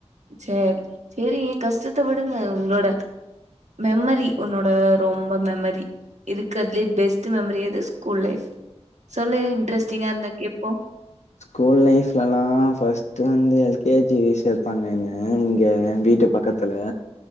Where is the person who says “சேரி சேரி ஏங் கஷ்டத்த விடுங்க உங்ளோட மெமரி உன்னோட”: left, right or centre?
Right